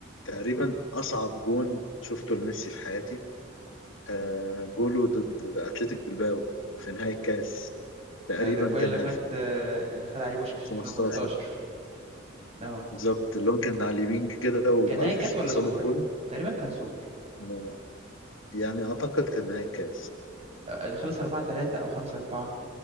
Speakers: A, on the left; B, on the right.
A: تقريبا أصعب جون شفته لميسي في حياتي آه، جوله ضد أتلتيك بلباو في نهائي الكاس تقريبا
B: آه، ده الجون
A: كان
B: اللي خد آه، اللي خد عليه بوشكش
A: 2015
B: 2015 اه
A: بالظبط اللي هو كان على اليمين كده وألفيش
B: كان نهائي كاس ولا
A: بصاله
B: سوبر
A: كورة
B: تقريبا كان سوبر
A: آه، يعني أعتقد كان نهائي الكاس
B: آه، اللي خلص 4 3 او 5 4